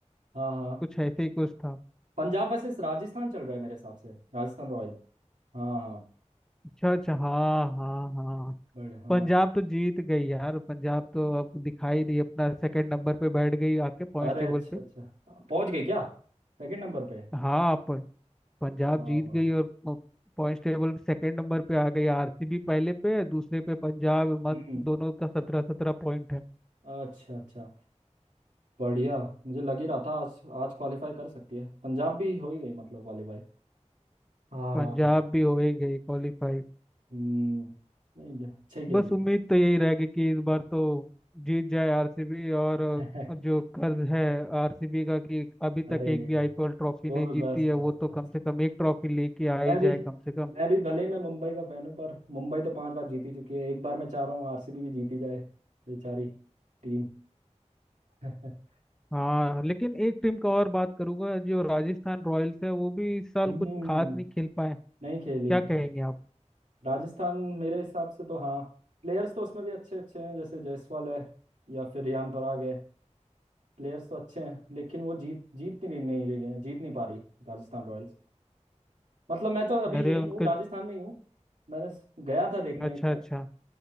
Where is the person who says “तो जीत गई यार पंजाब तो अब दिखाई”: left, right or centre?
Centre